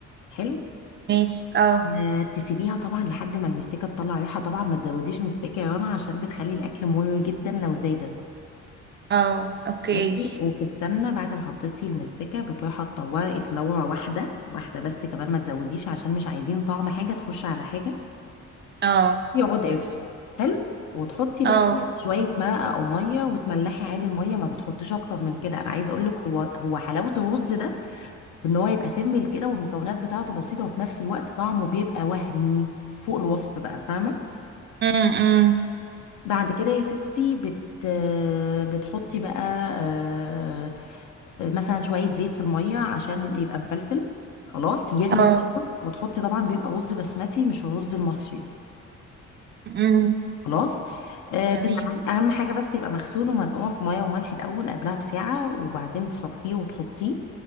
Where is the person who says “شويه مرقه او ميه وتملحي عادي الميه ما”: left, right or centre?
Left